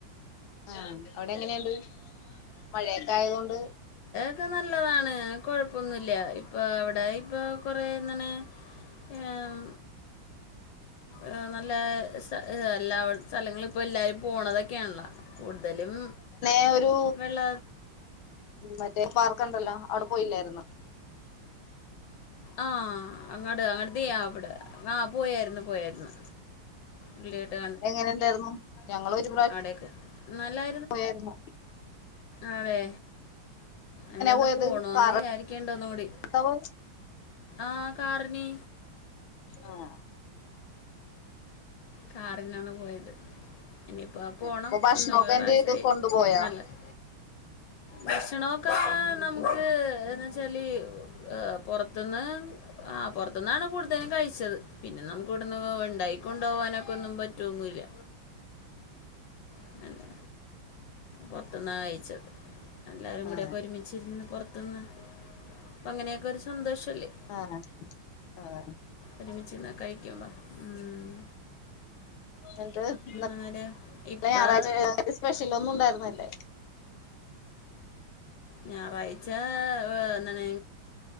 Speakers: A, on the left (about 80°); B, on the left (about 70°).
A: ആഹ് അവിടെ എങ്ങനെയുണ്ട് മഴയൊക്കെ ആയത് കൊണ്ട്
B: ക്കെ നല്ലതാണ് കൊഴപ്പൊന്നുല്ല ഇപ്പൊ അവിടെ ഇപ്പൊ കുറേ ഇങ്ങനെ ഏം ഏഹ് നല്ല സ ഹ് എല്ലാ അവട് സ്ഥലങ്ങള് ഇപ്പോ എല്ലാരും പോണതൊക്കെയാണല്ലൊ കൂടുതലും
A: ന്നെ ഒരു
B: വെള്ള
A: മറ്റേ പാർക്ക് ണ്ടല്ലോ അവിടെ പോയില്ലായിരുന്നൊ
B: ആഹ് അങ്ങട് അങ്ങട് ദേ അവിടെ ആഹ് പോയായിരുന്നു പോയായിരുന്നു ഉള്ളിയിട്ട്
A: എങ്ങനെണ്ടായിരുന്നു? ഞങ്ങളൊരു
B: ആടേക്ക്. നല്ലാ
A: പോയാര്ന്നൊ?
B: ആഹ് വേ അതന്ന്
A: പോയത്
B: പോണോന്ന്
A: കാർ
B: വിയാരിക്ക്ണ്ട് ഒന്നൂടി
A: എടുത്താ പോയെ
B: ആഹ് കാറിന്
A: ആഹ്
B: കാറിനാണ് പോയത്. ഇനിയിപ്പോ പോണം
A: അപ്പൊ ഭക്ഷണൊക്കെ
B: ഒന്ന് വേറാഴ്ശൂടി
A: എന്ത് ചെയ്ത് കൊണ്ടുപോയാ
B: നല്ലത് ഭക്ഷണൊക്കെ നമുക്ക് എന്ന് വെച്ചാല് ഏഹ് പൊറത്ത്ന്ന് ആഹ് പൊറത്തുന്നാണ് കൂടുതലും കഴിച്ചത്. പിന്നെ നമുക്ക് ഇവട്ന്ന് ഉണ്ടായി കൊണ്ടോവാനൊക്കൊന്നും പറ്റൊ ഒന്നുല്ല. അങ്ങനെ. പൊറത്ത്ന്നാ കഴിച്ചത്. എല്ലാരും കൂടെയൊക്കെ
A: ആഹ്
B: ഒരുമിച്ചിരുന്ന് പൊർ ത്ത്ന്ന്. അപ്പൊ അങ്ങനെയൊക്കെ ഒരു സന്തോഷവല്ലേ
A: ആഹ് ആഹ്
B: ഒരുമിച്ചിരുന്ന് കഴിക്കുമ്പ ഉം
A: ന്ന്
B: അങ്ങനെ ഇപ്പം
A: ഞായറാഴ്ച സ്പെഷ്യലൊന്നും ണ്ടായിരുന്നല്ലേ
B: ഞായറാഴ്ച എന്തണ്